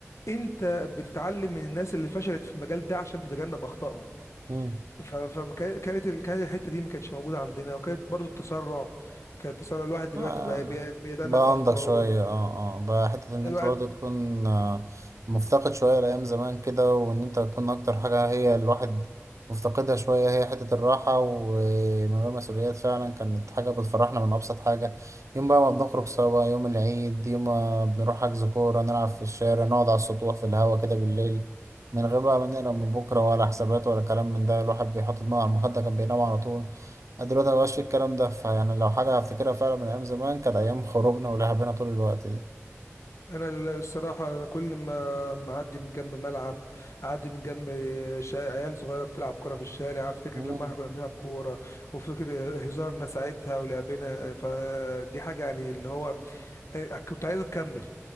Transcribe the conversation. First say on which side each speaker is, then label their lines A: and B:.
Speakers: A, on the left (about 75°); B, on the right (about 90°).
A: انت بتتعلم من الناس اللي فشلت في المجال ده عشان تتجنب اخطائهم
B: آه
A: فكانت ال- كانت الحته دي ما كانتش موجوده عندنا وكانت برضو التسرع كان التسرع الواحد دلوقتي
B: آه
A: بقى بي- بيتأنى
B: بقى
A: في افكاره
B: عندك شوية اه اه بقى حتة ان
A: الواحد
B: انت برضو تكون آه، مفتقد شوية لأيام زمان كده وان انت تكون اكتر حاجة هي الواحد مفتقدها شوية هي حتة الراحة ومن غير مسؤوليات فعلا كانت حاجة بتفرحنا من أبسط حاجة يوم بقى ما بنخرج سوا يوم العيد يوم ما بنروح حجز كورة نلعب في الشارع نقعد على السطوح في الهوا كده بالليل من غير بقى ما نقلق من بكرة ولا حسابات ولا كلام من ده الواحد بيحط دماغه على المخدة كان بينام على طول أنا دلوقتي مبقاش في الكلام ده فيعني لو حاجة هفتكرها فعلا من أيام زمان كانت أيام خروجنا ولعبنا طول الوقت دي
A: انا ال- الصراحه أنا كل ما معدي من جنب ملعب اعدي من جنب شا- عيال صغيره بتلعب كوره في الشارع افتكر
B: مم.
A: لما احنا كنا بنلعب كوره وفكر هزارنا ساعتها ولعبنا فدي حاجه يعني اللي هو كنت عايزه تكمل